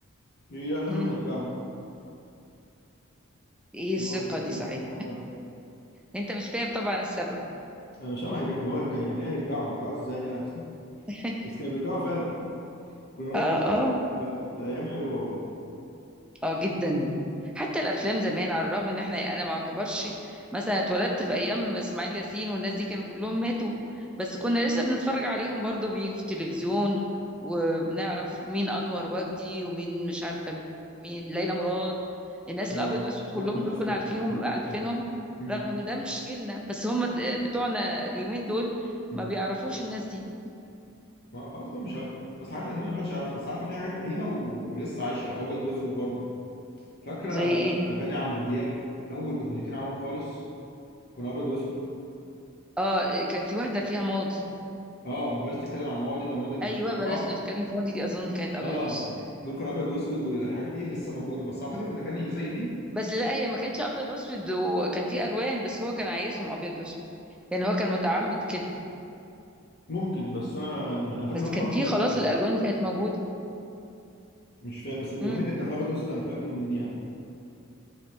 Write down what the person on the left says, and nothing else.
يقول لي لا لازم
هيرجعوا
نقعد نتكلم
في الحوار ده
انا مش عارف هيرج- اللي هو يرجع يعني إيه هيرجعوا هيرجعوا ازاي يعني
بس كانوا بيرجعوا فعلا كنا نقعد
نلعب
معاهم، كانت ايام حلوه والله
اه
وهند رستم
والناس
القديمه دي
كلها امم
امم
ما خلاص بقى مش عارف بس الحاجات القديمه محدش يعرفها بس عارفه في حاجات قديمه و- ولسه عايشه ابيض واسود برضه فاكره
اغاني عمرو دياب اول اغنيتين عملهم خالص كانوا ابيض واسود
اه ما بلاش تتكلم عن الماضي ده الماضي كان
كله
جراح
اه
يعني دول كانوا ابيض واسود والحاجات دي لسه موجوده بس اعتقد إن الاغاني اللي زي دي
ممكن بس انا مش انا فاكر
ان هو
كان ابيض
واسود
يعني.
مش فاهم بس الاغنيه
كانت ابيض واسود انا متاكد من دي يعني